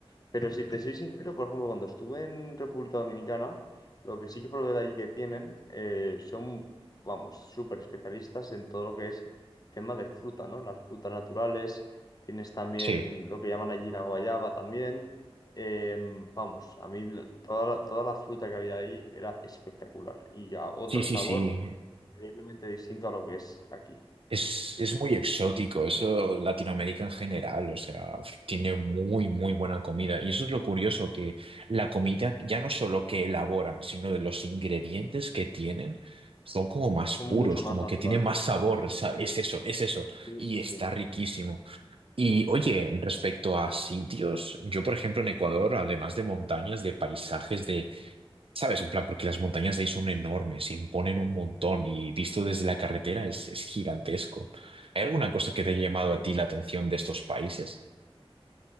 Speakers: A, on the left (about 40°); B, on the right (about 65°).
A: Pero si te soy sincero, por ejemplo, cuando estuve en República Dominicana, lo que sí que probé de allí que tienen eh, son, vamos, súper especialistas en todo lo que es tema de fruta, ¿no? Las frutas naturales, tienes también
B: Sí,
A: lo que llaman allí la guayaba también. Eh, vamos, a mí la- toda la, toda la fruta que había ahí era espectacular y ya otro
B: sí, sí,
A: sabor
B: sí.
A: increíblemente distinto a lo que es aquí.
B: Es, es muy exótico, eso Latinoamérica en general, o sea, tiene muy, muy buena comida. Y eso es lo curioso, que la comida ya no solo que elaboran, sino de los ingredientes que tienen, son como más
A: Son
B: puros,
A: mucho más
B: como
A: naturales.
B: que tienen más sabor, o sea,
A: Sí,
B: es eso, es eso.
A: sí,
B: Y
A: sí,
B: está
A: sí.
B: riquísimo. Y oye, respecto a sitios, yo por ejemplo en Ecuador, además de montañas, de paisajes, de, ¿sabes? En plan, porque las montañas de ahí son enormes, imponen un montón y visto desde la carretera es, es gigantesco. ¿Hay alguna cosa que te haya llamado
A: Sí.
B: a ti la atención de estos países?